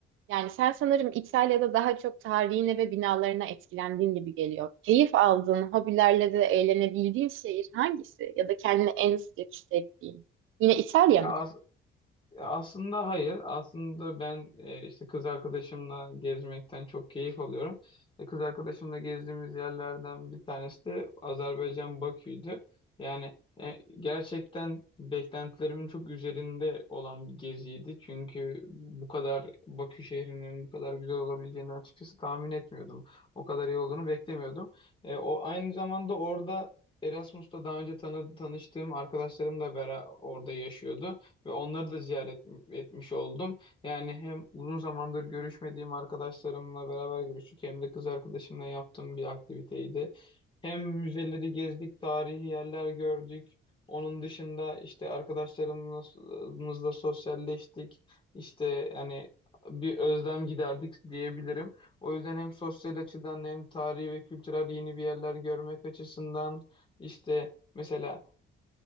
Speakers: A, on the right; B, on the left.
A: yani sen sanırım İtalya'da daha çok tarihine ve binalarına etkilendiğin gibi geliyor. Keyif aldığın, hobilerle de eğlenebildiğin şehir hangisi? Ya da kendini en sıcak hissettiğin? Yine İtalya
B: Ya
A: mı?
B: Ya Aslında hayır. Aslında ben e, işte kız arkadaşımla gezmekten çok keyif alıyorum. E, kız arkadaşımla gezdiğimiz yerlerden bir tanesi de Azerbaycan Bakü'ydü. Yani e, gerçekten beklentilerimin çok üzerinde olan bir geziydi. Çünkü bu kadar Bakü şehrinin bu kadar güzel olabileceğini açıkçası tahmin etmiyordum. O kadar iyi olduğunu beklemiyordum. E, o aynı zamanda orada Erasmus'ta daha önce tanı, tanıştığım arkadaşlarım da bera orada yaşıyordu ve onları da ziyaret etmiş oldum. Yani hem uzun zamandır görüşmediğim arkadaşlarımla beraber görüştük hem de kız arkadaşımla yaptığım bir aktiviteydi. Hem müzeleri gezdik, tarihi yerler gördük. Onun dışında işte arkadaşlarımızla sosyalleştik. İşte hani bir özlem giderdik diyebilirim. O yüzden hem sosyal açıdan hem tarihi ve kültürel yeni bir yerler görmek açısından işte mesela